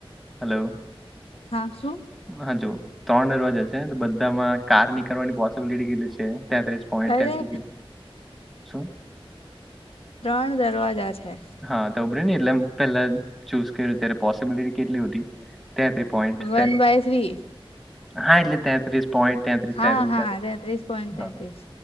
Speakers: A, in the centre; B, on the left.
A: હલોવ
B: હા શું
A: હા જોુ ત્રણ દરવાજા છે ને તો બધામા કાર નીકળવાની પોસિબિલિટી કેટલી છે, તેત્રીસ પોઈન્ટ
B: અરે
A: તેત્રીસ છે શું
B: ત્રણ દરવાજા છે.
A: હા તો ઉભરે ન એટલે પેલા ચૂઝ કર્યું ત્યારે પોસિબિલિટી કેટલી ઊટી તેત્રીસ પોઈન્ટ
B: વન
A: તે્રી
B: બાય થ્રી
A: હા એટલે તેત્રીસ પોઈન્ટ તેંત્રીસ
B: હા
A: તેંત્રીસ
B: હા તેત્રીસ પોઈન્ટ તેત્રીસ